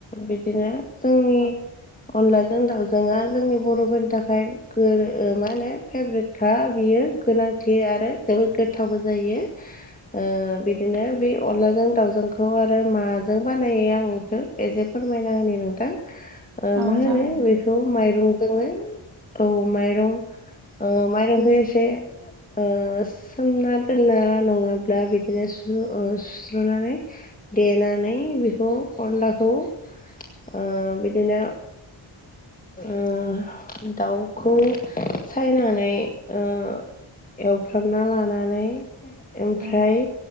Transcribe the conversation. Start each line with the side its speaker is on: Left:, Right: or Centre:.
Left: बिदिनो जोंनि अनलाजों दाउजोंआ जोंनि बर'फोरनि थाखाय गो-रो मा होनो फेभ्रेट खा बियो गोनांथि आरो जोबोद गोथावबो जायो। ओ बिदिनो बे अनलाजों दाावजोंखौ आरो माजों बानायो आं एखौ एसे फोरमायना होनि नोंथां ओ
Right: औ
Left: मा होनो
Right: जागोन नोंथां
Left: बेखौ माइरंजोंनो औ माइरं ओ माइरंखौ एसे ओ सोमना दोनना नङाब्ला बिदिनो सु-सुस्र'नानै देनानै बेखौ अनलाखौ ओ बिदिनो ओ दाउखौ सायनानै ओ एवफ्रामना लानानै ओमफ्राय
Right: औ